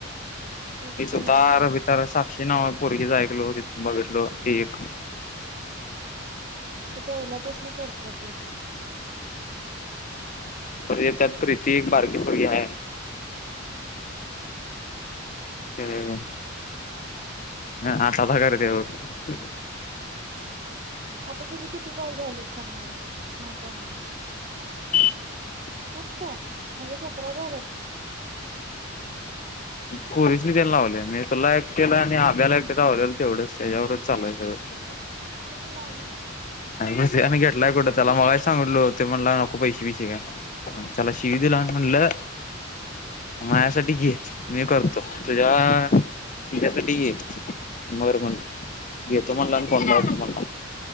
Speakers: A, on the right; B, on the left.
A: तेच
B: ती सुतार-
A: की म्हणालोय
B: बितार साक्षी नाव पोरगीच ऐकलो तिथ बघितलो ती एक.
A: ती पहिल्यापासन करत्या ते.
B: त्यात प्रीती एक बारकी पोरगी हाय.
A: हम्म
B: हम हाताला करतीया बग.
A: आता तुझी किती कॉल झालीत? सांग मला. माहिती हाय मला.
B: ठीक <unintelligible>
A: फक्त. माझे सतरा झालेत.
B: पोरीसनी त्यां लावले, मी तुला एकट केलं, आणि आब्याला एकटे आवलेलं तेवढंच त्याच्यावर. चालय <unintelligible>
A: कल्याून.
B: अ घेतटलाय कुठं त्याला मला सांगल. म्हणला नको पैसे बी श का चला शिक दिला. लं. माझ्यासाठी घे मी करतो, तुझ्या तिज्यासाठी घे बर म्हणला घेतो म्हणला आणि फोन लावतो म्हणला.